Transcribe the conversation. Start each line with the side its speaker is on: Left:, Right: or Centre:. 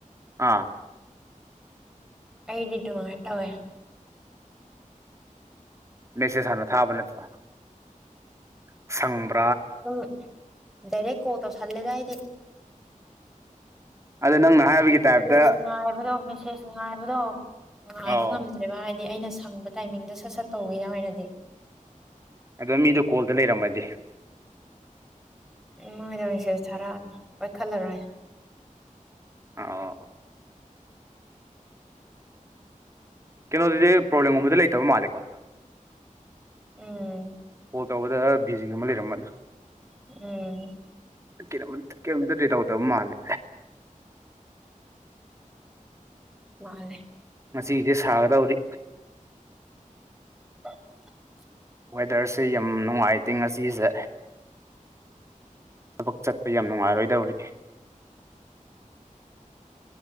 Right: ꯑꯥ
Centre: ꯑꯩꯗꯤ ꯗꯨꯃꯥꯏ ꯇꯧꯋꯦ
Right: ꯃꯦꯁꯦꯁ ꯍꯥꯟꯅ ꯊꯥꯕ ꯅꯠꯇ꯭ꯔꯣ ꯁꯪꯕ
Centre: ꯗꯨꯝ ꯗꯥꯏꯔꯦꯛ ꯀꯣꯜ ꯇꯧꯁꯜꯂꯦꯗ ꯑꯩꯗꯤ
Right: ꯑꯗ ꯅꯪꯅ ꯍꯥꯏꯕꯒꯤ ꯇꯥꯏꯞꯇ
Centre: ꯃꯦꯁꯦꯁ ꯉꯥꯏꯕꯗꯣ ꯃꯦꯁꯦꯁ ꯉꯥꯏꯕꯗꯣ ꯉꯥꯏꯕ
Right: ꯑꯧ
Centre: ꯉꯝꯗ꯭ꯔꯦꯕ ꯍꯥꯏꯗꯤ ꯑꯩꯅ ꯁꯪꯕ ꯇꯥꯏꯃꯤꯡꯗ ꯁꯠ ꯁꯠ ꯇꯧꯕꯩ ꯑꯣꯏꯅꯗꯤ
Right: ꯑꯗꯣ ꯃꯤꯗꯣ ꯀꯣꯜꯗ ꯂꯩꯔꯝꯃꯗꯤ
Centre: ꯎꯝ ꯃꯣꯏꯗ ꯃꯦꯁꯦꯁ ꯊꯥꯔꯛꯑꯅꯤ ꯄꯥꯏꯈꯠꯂꯔꯣꯏ
Right: ꯑꯥꯑꯣ ꯀꯩꯅꯣꯗꯨꯗꯤ ꯄ꯭ꯔꯣꯕ꯭ꯂꯦꯝꯒꯨꯝꯕꯗꯤ ꯂꯩꯇꯕ ꯃꯥꯜꯂꯦꯀꯣ
Centre: ꯎꯝ
Right: ꯀꯣꯜ ꯇꯧꯕꯗ ꯕꯤꯖꯤꯒꯨꯝꯕ ꯂꯩꯔꯝꯃꯗꯣ
Centre: ꯎꯝ
Right: ꯀꯩꯅꯣꯝ ꯀꯩꯅꯣꯝꯇꯗꯤ ꯇꯧꯗꯕ ꯃꯥꯜꯂꯦ
Centre: ꯃꯥꯜꯂꯦ
Right: ꯉꯁꯤꯒꯤꯗꯤ ꯁꯥꯒꯗꯧꯔꯤ
Centre: <unintelligible>
Right: ꯋꯦꯗꯔꯁꯦ ꯌꯥꯝ ꯅꯨꯡꯉꯥꯏꯇꯦ ꯉꯁꯤꯖꯦ ꯊꯕꯛ ꯆꯠꯄ ꯌꯥꯝ ꯅꯨꯡꯉꯥꯏꯔꯣꯏꯗꯧꯔꯤ